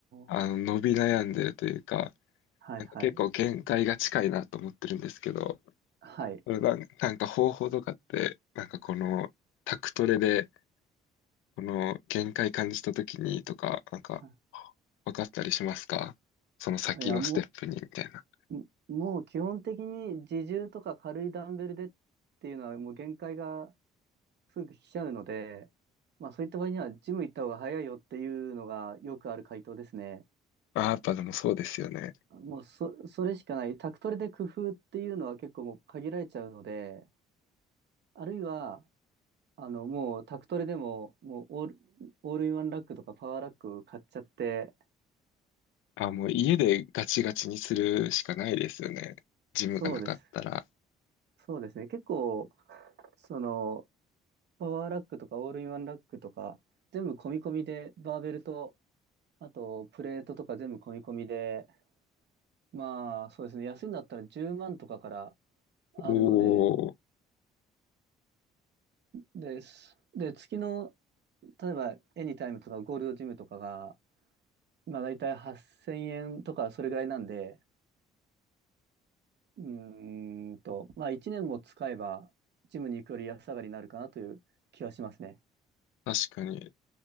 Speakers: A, on the left (about 85°); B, on the right (about 60°).
A: あの、
B: ー
A: 伸び悩んでるというか、
B: はいはい。
A: なんか結構限界が近いなと思ってるんですけど、
B: はい。
A: な、なんか方法とかって、なんかこのタクトレで、この限界感じた時にとか、なんか
B: は
A: 分かったりしますかその先のステップにみたいな。
B: いいや、もう、んもう基本的に自重とか軽いダンベルでっていうのはもう限界がすぐ来ちゃうので、まあそういった場合にはジム行った方が早いよっていうのがよくある回答ですね。
A: ああ、やっぱでもそうですよね。
B: もうそ、それしかない。宅トレで工夫っていうのは結構もう限られちゃうので、あるいは、あの、もう宅トレでも、もうオール、オールインワンラックとかパワーラック買っちゃって、
A: あーもう家でガチガチにするしかないですよね。ジムがなかったら。
B: そうです。そうですね。結構、その、パワーラックとかオールインワンラックとか、全部込み込みで、バーベルと、あとプレートとか全部込み込みで、まあそうですね、安いんだったら10万とかからあるので、
A: おお、
B: です。で、月の、例えばエニタイムとかゴールドジムとかが、まあ大体8000円とかそれぐらいなんで、うーんと、まあ1年も使えば、ジムに行くより安上がりになるかなという気はしますね。
A: 確かに。